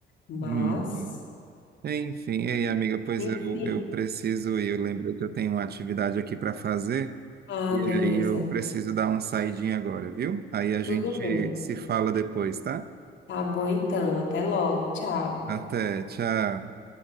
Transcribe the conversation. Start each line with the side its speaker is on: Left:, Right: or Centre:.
Left: Mas,
Right: Uhum. Enfim, e aí, amiga, pois
Left: enfim.
Right: eu, eu preciso ir. Eu lembrei que eu tenho uma atividade aqui para fazer.
Left: Ah,
Right: E
Left: beleza.
Right: aí eu preciso dar uma saidinha agora, viu? Aí a
Left: Tudo
Right: gente
Left: bem.
Right: se fala depois, tá?
Left: Tá bom então. Até logo. Tchau.
Right: Até, tchau.